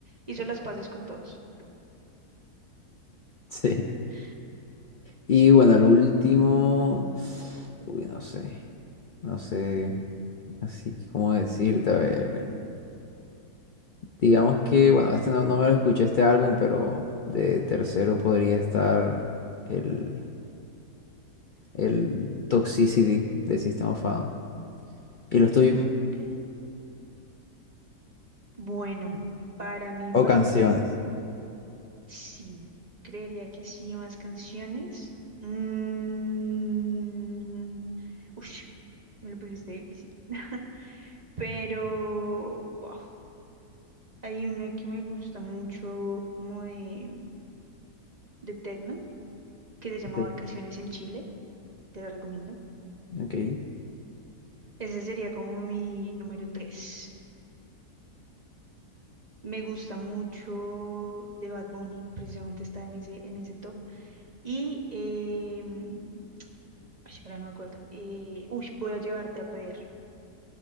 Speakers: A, on the right (about 30°); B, on the left (about 80°).
A: hizo las paces con todos.
B: <laughs> Sí.
A: <laughs>
B: Y bueno, el último. Uy, no sé. No sé. Así cómo decirte, a ver. eh, Digamos que, bueno, este no, no me lo escuché este álbum, pero de tercero podría estar el, el Toxicity de System of a Down. ¿Y los
A: Mm,
B: tuyos?
A: ok. Bueno, para mí,
B: O
A: para
B: canciones.
A: mí, sí. Creería que sí, más canciones. Mm, ush, me lo pusiste difícil. <laughs> Pero, wow, hay una que me gusta mucho, como de, de techno, que se llama
B: Sí.
A: Vacaciones en Chile. Te la recomiendo.
B: Ok.
A: Ese sería como mi número tres. Me gusta mucho de Bad Bunny, precisamente está en ese, en ese top. Y, em, ay, ahora no me acuerdo. Eh, uy, voy a llevarte a PR.